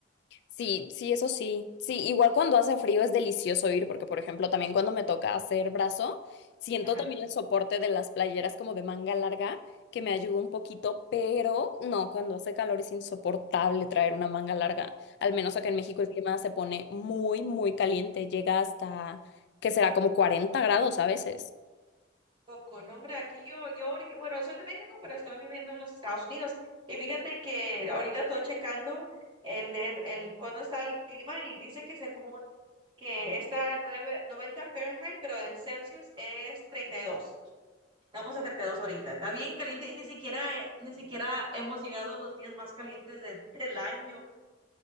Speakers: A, on the left; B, on the right.
A: Sí, sí, eso sí. Sí, igual cuando hace frío es delicioso ir, porque por ejemplo, también cuando me toca hacer brazo, siento
B: Ajá.
A: también el soporte de las playeras como de manga larga, que me ayuda un poquito, pero no, cuando hace calor es insoportable traer una manga larga. Al menos acá en México el clima se pone muy, muy caliente, llega hasta que será como cuarenta grados a veces.
B: Poco, no, hombre, aquí yo, yo, ahori- bueno, soy de México, pero estoy viviendo en los Estados Unidos. Y fíjate que ahorita estoy checando el de, el, cuándo está el clima y dice que según que está nueve- 90 Fahrenheit, pero en Celsius es treinta y dos Vamos a 32 ahorita. Está bien caliente y ni siquiera, eh, ni siquiera hemos llegado a los días más calientes de- del año.